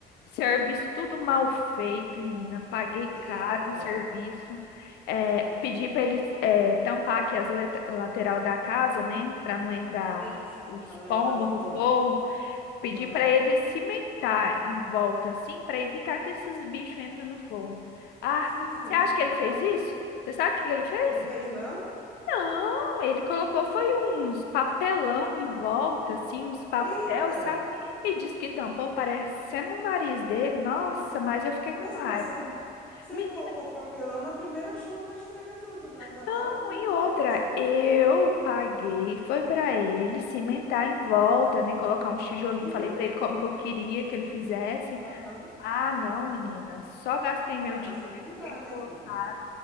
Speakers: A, on the left; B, in the centre.
A: serviço tudo mal feito, menina, paguei
B: Eita.
A: caro no serviço. É, pedi para eles é, tampar aqui as let- lateral da casa, né, para não entrar
B: Sim, sim,
A: os
B: para não
A: pombos
B: entrar os pombos.
A: no forro. Pedir
B: Aham.
A: para ele cimentar em volta, assim, para evitar que esses bichos entrem no forno. Ah,
B: Sim, sim.
A: você acha que ele fez isso? Você sabe o que ele fez?
B: Não fez não?
A: Não, ele colocou foi uns papelão em volta, assim, uns papel,
B: Eita!
A: sabe? E disse que tampou parecendo o nariz dele. Nossa, mas eu fiquei com
B: Nossa,
A: raiva.
B: mas se ele, se
A: Menina,
B: ele colocou papelão, na primeira chuva vai estragar tudo, vai acabar
A: não,
B: com
A: e
B: o
A: outra,
B: serviço todo.
A: eu paguei, foi para ele cimentar em volta, né? Colocar um tijolinho,
B: Sim,
A: falei para ele como que eu queria que ele fizesse.
B: aham.
A: Ah, não, menina. Só gastei meu
B: Ah,
A: dinheiro.
B: Assim não dá, né,
A: botado.
B: prima?